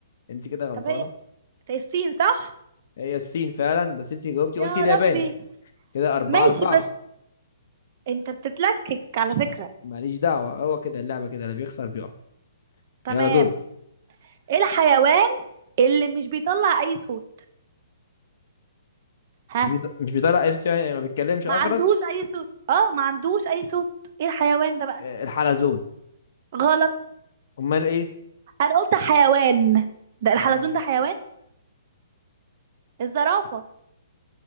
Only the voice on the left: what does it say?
انت كده غلطانة
هي الصين فعلا بس انت جاوبتي
قلتي اليابان
كده أربعة
أربعة
ما-
ماليش دعوة هو كده اللعبة كده اللي بيخسر بيقع
يلا دول
مش بيط- مش بيطلع اي صوت يعني ما بيتكلمش
اخرس
آه، الحلزون
امال ايه
ما-